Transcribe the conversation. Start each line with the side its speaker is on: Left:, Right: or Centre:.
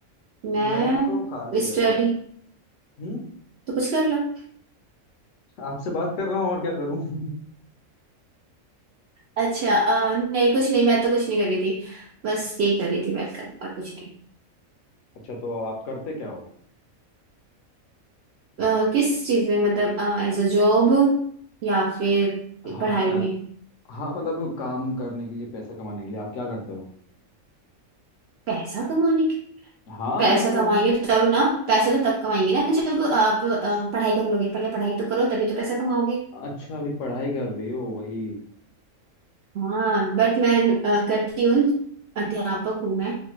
Right: मैं
Left: मैं तो खाली बैठा
Right: स्टडी
Left: हूँ हम्म
Right: तो कुछ कर लो
Left: आपसे बात कर रहा हूँ और क्या करूँ <laughs>
Right: अच्छा अ, नहीं कुछ नहीं मैं तो कुछ नहीं कर रही थी बस यही कर रही थी बैठकर और कुछ नहीं
Left: अच्छा तो आप करते क्या हो
Right: अ, किस चीज में मतलब एज अ जॉब या फिर
Left: हाँ
Right: पढ़ाई में
Left: अ- हाँ मतलब काम करने के लिए पैसा कमाने के लिए आप क्या करते हो
Right: पैसा कमाने
Left: हाँ
Right: पैसा
Left: मतलब
Right: कमाएंगे तो तब ना पैसा तो तब कमाएंगे ना जब आप अ, पढ़ाई कर लोगे पहले पढ़ाई तो करो तभी तो पैसा कमाओगे
Left: अच्छा अभी पढ़ाई कर रही हो वही
Right: हाँ बट मैं अ, करती हूँ अध्यापक हूँ मैं